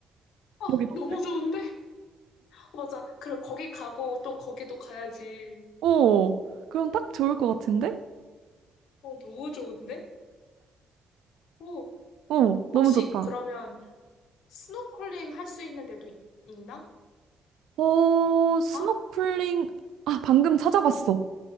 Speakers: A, on the left; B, on the right.
A: 아,
B: 여긴 어때?
A: 너무 좋은데? 어, 맞아. 그럼 거기 가고 또 거기도 가야지.
B: 어. 그럼
A: 어,
B: 딱 좋을 것 같은데?
A: 어, 너무 좋은데? 어,
B: 어, 너무
A: 혹시
B: 좋다.
A: 그러면 스노클링 할 수 있는 데도 있, 나
B: 어, 스노클링,
A: 아,
B: 아, 방금 찾아봤어.